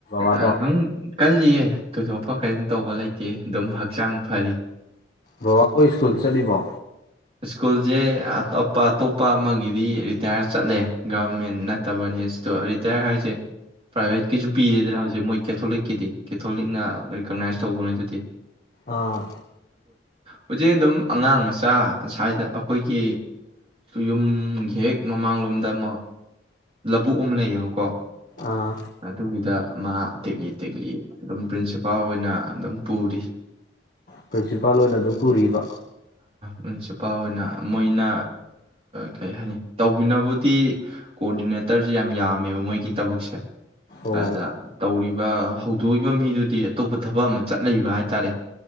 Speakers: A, on the left (about 50°); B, on the right (about 30°).
A: ꯕꯥꯗ
B: ꯑꯗꯨꯝ ꯀꯜꯂꯤꯌꯦ ꯊꯣꯏꯗꯣꯛꯄ ꯀꯔꯤꯝ ꯇꯧꯕ ꯂꯩꯇꯦ ꯑꯗꯨꯝ ꯍꯛꯆꯥꯡ ꯐꯔꯤ
A: ꯕꯕꯥꯕꯨ ꯁ ꯏꯁꯀꯨ ꯆꯠꯕ
B: ꯁ꯭ꯀꯨꯜꯁꯦ ꯑꯇꯣꯞꯄ ꯑꯇꯣꯞꯄ ꯑꯃꯒꯤꯗꯤ ꯔꯤꯇꯥꯌꯔ ꯆꯠꯂꯦ ꯒꯚꯔꯃꯦꯟ ꯅꯠꯇꯕꯅꯤ ꯔꯤꯇꯥꯌꯔ ꯍꯥꯏꯁꯦ ꯄ꯭ꯔꯥꯏꯚꯦꯠꯀꯤꯁꯨ ꯄꯤꯔꯦꯗꯅꯥ ꯍꯧꯖꯤꯛ ꯃꯣꯏ ꯀꯦꯊꯣꯂꯤꯛꯀꯤꯗꯤ ꯀꯦꯊꯣꯂꯤꯛꯅ ꯔꯤꯀꯛꯅꯥꯏꯁ ꯇꯧꯕꯅꯤꯗꯨꯗꯤ
A: ꯑꯥ
B: ꯍꯧꯖꯤꯛ ꯑꯗꯨꯝ ꯑꯉꯥꯡ ꯃꯆꯥ ꯁꯁ꯭ꯋꯥꯏꯗ ꯑꯩꯈꯣꯏꯒꯤ ꯌꯨꯝꯒꯤ ꯍꯦꯛ ꯃꯃꯥꯡꯂꯣꯝꯗ ꯑꯃ ꯂꯧꯕꯨꯛ ꯑꯃ ꯂꯩꯌꯦꯕꯀꯣ
A: ꯑꯥ
B: ꯑꯗꯨꯒꯤꯗ ꯃꯥ ꯇꯦꯛꯂꯤ ꯇꯦꯛꯂꯤ ꯑꯗꯨꯝ ꯄ꯭ꯔꯤꯟꯁꯤꯄꯥꯜ ꯑꯣꯏꯅ ꯑꯗꯨꯝ ꯄꯨꯔꯤ
A: ꯄ꯭ꯔꯤꯟꯁꯤꯄꯥꯜ ꯑꯣꯏꯅ ꯑꯗꯨꯝ ꯄꯨꯔꯤꯕ
B: ꯃ꯭ꯔꯤꯟꯁꯤꯄꯥꯜ ꯑꯣꯏꯅ ꯃꯣꯏꯅ ꯀꯩ ꯍꯥꯏꯅꯤ ꯇꯧꯕꯤꯅꯕꯕꯨꯗꯤ ꯀꯣꯑꯣꯗꯤꯅꯦꯇꯔꯁꯦ ꯌꯥꯝ ꯌꯥꯝꯃꯦꯕ ꯃꯣꯏꯒꯤ ꯊꯕꯛꯁꯦ
A: ꯑꯣ
B: ꯑꯗ ꯇꯧꯔꯤꯕ ꯍꯧꯗꯣꯛꯏꯕ ꯃꯤꯗꯨꯗꯤ ꯑꯇꯣꯞꯄ ꯊꯕꯛ ꯑꯃ ꯆꯠ ꯂꯩꯕ ꯍꯥꯏꯇꯥꯔꯦ